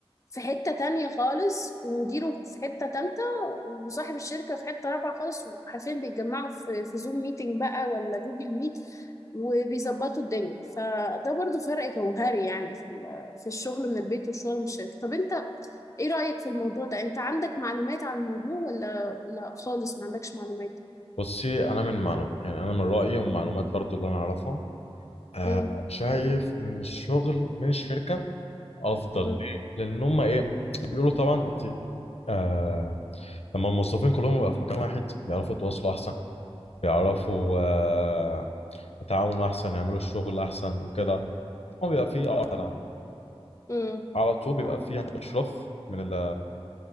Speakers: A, on the left; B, on the left.
A: في حتة تانية خالص ومديره في حتة تالتة وصاحب الشركة في حتة رابعة خالص وحرفيا بيتجمعوا في في زوم ميتنج بقى ولا جوجل ميت وبيظبطوا الدنيا فده برضو فرق جوهري يعني في ال- في الشغل من البيت والشغل من الشركة طب انت ايه رأيك في الموضوع ده انت عندك معلومات عن الموضوع ولا ولا خالص ما عندكش معلومات
B: بصي انا من معلوم يعني انا من رايي ومعلومات برضو اللي انا اعرفها آه
A: امم
B: شايف ان الشغل من الشركه افضل
A: امم
B: ليه؟ لان هم ايه بيقولوا طبعا انت آه لما الموظفين كلهم يبقوا في مكان واحد بيعرفوا يتواصلوا احسن بيعرفوا آه يتعاونوا احسن يعملوا الشغل احسن وكده طبعاً بيبقى فيه أه
A: امم
B: على طول بيبقى في يعني اشراف من ال-